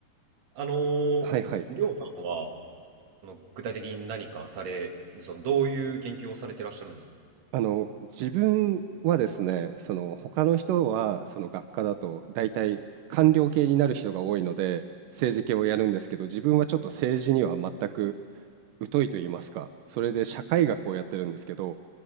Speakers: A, on the right; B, on the right.
A: あのー、
B: はいはい。
A: りょうさんは、その具体的に何かされ、そのどういう研究をされてらっしゃるんですか
B: あの、自分はですね、その他の人はその学科だと大体官僚系になる人が多いので政治系をやるんですけど、自分はちょっと政治には全く疎いと言いますか、それで社会学をやってるんですけど、